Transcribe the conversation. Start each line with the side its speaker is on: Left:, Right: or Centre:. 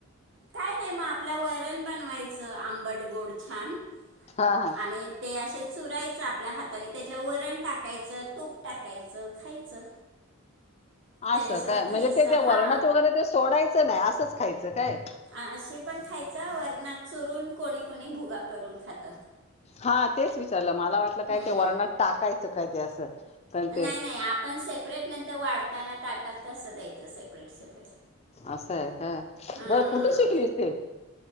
Right: काय नाही, मग आपल्या वरण बनवायचं आंबट, गोड छान.
Left: हा हा
Right: आणि- ते असे चुरायचं आपल्या हाताने, त्याच्यावर वरण टाकायचं, तूप टाकायचं, खायचं.
Left: असं
Right: त्याच्यासोबत
Left: काय, म्हणजे
Right: ठेसा
Left: ते त्या
Right: हा.
Left: वरणात वगैरे ते सोडायचं नाही, असंच खायचं काय?
Right: अशी पण खायचं वरणात चुरून कोणी, कोणी भुगा करून खात
Left: हा तेच विचारलं मला वाटलं काय
Right: हम्म
Left: ते वरणात टाकायचं काय ते असं कारण
Right: नाही,
Left: ते
Right: नाही आपण सेपरेट नंतर वाढताना तटात तसं द्यायचं सेपरेट, सेपरेट
Left: असं आहे हा
Right: हा
Left: बर कुठे शिकलीस ते